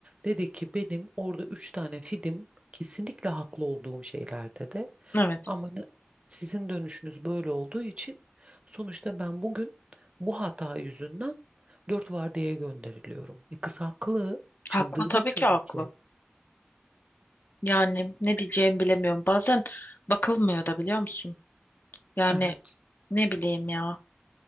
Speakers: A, on the right; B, on the left.
A: Dedi ki benim orada üç tane fidim kesinlikle haklı olduğum şeylerde de
B: Evet.
A: ama ne- sizin dönüşünüz böyle olduğu için sonuçta ben bugün bu hata yüzünden dört vardiyaya gönderiliyorum. E kız haklı. Çıldırdı
B: Haklı tabii
A: çünkü.
B: ki haklı. Yani ne diyeceğimi bilemiyorum. Bazen bakılmıyor da biliyor musun? Yani
A: Evet.
B: ne bileyim ya.